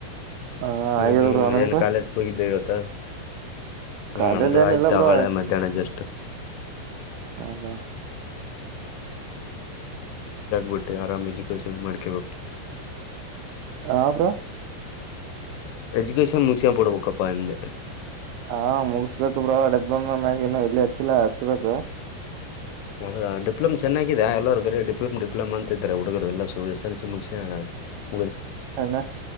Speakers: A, on the right; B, on the left.
A: ಹ
B: ಹ್ಮ್
A: ಹಾಗದ
B: ಹ್ಮ್
A: ಬ್ರೋ ನಿಮ್ದು
B: ಎನ ಕಾಲೇಜ್ ಹೋಗಿದ್ದೆ ಇವತ್ತು ಹ್ಮ್
A: ಕಾಲೇಜ್
B: ನಮ್ದು
A: ಏನಿಲ್ಲ
B: ಆಯ್ತು
A: ಬ್ರೋ
B: ಆಳ ಮಧ್ಯಾಹ್ನದಷ್ಟು
A: ಹೌದಾ
B: ಬಟ್ಟೆ ಆರಾಮ ಎಜುಕೇಶನ್ ಮಾಡ್ಕೇ ಬೇಕು
A: ಹ ಬ್ರೋ
B: ಎಜುಕೇಷನ್ ಮುಗಿಸಿಕೊಂಡು ಬಿಡಬೇಕಪ ಅಂದೆ
A: ಹಾ ಮುಗಸ್ಬೇಕ ಬ್ರೋ ಡಬ್ಬೊಮ್ಮ ಮ್ಯಗನ್ನು ಎಲ್ಲಿ ಹಚ್ಚಿಲ್ಲ ಹಚ್ಬೇಕ
B: ಹೌದಾ ಡಿಪ್ಲೋಮ್ ಚೆನ್ನಾಗಾಗಿದೆ ಎಲ್ಲರು ಬೇರೆ ಡಿಪ್ಲೋಮೋ ಡಿಪ್ಲೋಮ ಅಂತ ಇದಾರೆ ಹುಡುಗರು ಎಲ್ಲ ಎಸ್ ಎಲ್ ಸಿ ಮುಗ
A: ಹ